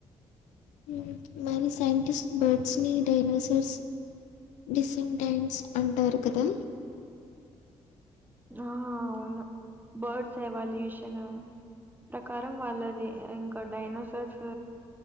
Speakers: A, on the left; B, on the right.
A: ఉమ్ మరి సాయింటిస్ట్ బర్డ్స్ ని డైనోసర్స్ డిసిమ్ టైంస్ అంటారు కదా
B: ఆ అవును బర్డ్స్ ఎవాల్యూషను ప్రకారం వాళ్ళది ఇంకొ డైనోసర్స్